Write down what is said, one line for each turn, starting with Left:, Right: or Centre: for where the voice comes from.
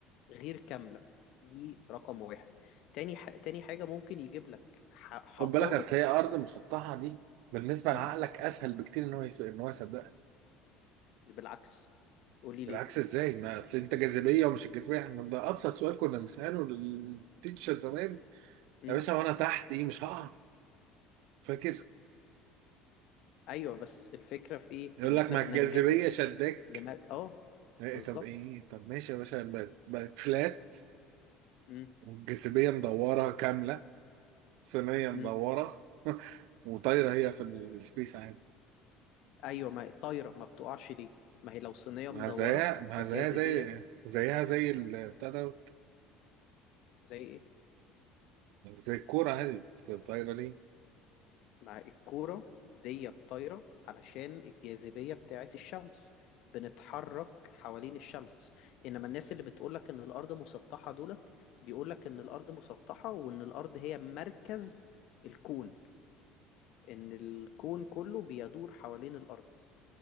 Left: غير كاملة دي رقم واحد تاني ح... تاني حاجة ممكن يجيب لك ح... حقائق
Right: خد بالك اصل هي ارض مسطحه دي بالنسبه
Left: مم؟
Right: لعقلك اسهل بكتير ان هو يف- ان هو يصدقها
Left: بالعكس قولي
Right: بالعكس
Left: ليه
Right: ازاي ما اصل انت جاذبيه ومش الجاذبيه احنا ده ابسط سؤال كنا بنساله للتيتشر زمان
Left: مم؟
Right: يا باشا وانا تحت ايه مش هقع فاكر
Left: أيوة بس الفكرة في إيه
Right: يقول
Left: إن
Right: لك
Left: إحنا
Right: ما
Left: بننجذب
Right: الجاذبيه شداك
Left: لما آه
Right: إيه
Left: بالظبط
Right: طب ايه طب ماشي يا باشا بقت بقت فلات
Left: مم؟
Right: والجاذبيه مدوره كامله صينيه مدوره
Left: مم؟
Right: <laughs> وطايره هي في السبيس عادي
Left: أيوة ما طايرة ما بتقعش ليه ما هي لو صينية
Right: ما
Left: مدورة
Right: زيها ما
Left: فالجاذبية
Right: زيها زي زيها زي البتاع ده
Left: زي إيه
Right: زي الكورة هادي طايرة ليه؟
Left: مع الكورة دي الطايرة علشان الجاذبية بتاعت الشمس بنتحرك حوالين الشمس إنما الناس اللي بتقولك إن الأرض مسطحة دولت بيقولك إن الأرض مسطحة وإن الأرض هي مركز الكون إن الكون كله بيدور حوالين الأرض